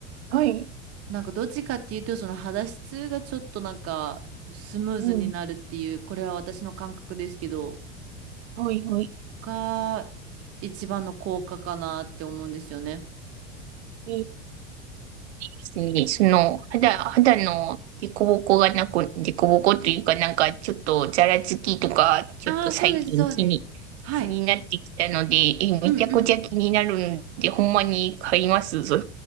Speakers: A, on the right; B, on the right.
A: はい。
B: なんか、どっちかっていうと、その肌質がちょっとなんか、スムーズになるっていう、
A: うん。
B: これは私の感覚ですけど、
A: はい、はい。
B: が、一番の効果かなって思うんですよね。
A: えし、その、肌、肌の凸凹がなく、凸凹というか、なんか、ちょっと、ざらつきとか、ちょっと最近気に、
B: ああ、そうです、そうです。はい。
A: 気になってきたので、え、めちゃくちゃ気になるので、
B: うんうん。
A: ほんまに買いますぞ。